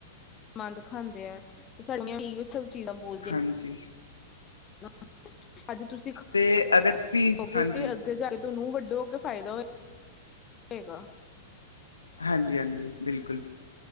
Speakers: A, on the left (about 25°); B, on the left (about 80°).
A: ਮੰੰਦ ਖਾਂਦੇ ਐ ਤੇ ਸਾਡੀਆਂ ਏ ਸਭ ਚੀਜ਼ਾਂ ਬੋਲਦੇ
B: ਹਾਂਜੀ।
A: <unintelligible> ਅੱਜ ਤੁਸੀਂ
B: ਤੇ ਅਗਰ ਤੁਸੀਂ,
A: ਖਾਓਗੇ
B: ਹਾਂਜੀ।
A: ਤੇ ਅੱਗੇ ਜਾ ਕੇ ਤੁਆਨੂੰ ਵੱਡੇ ਹੋ ਕੇ ਫਾਇਦਾ ਹੋਏ ਗਾ।
B: ਹਾਂਜੀ-ਹਾਂਜੀ ਬਿਲਕੁਲ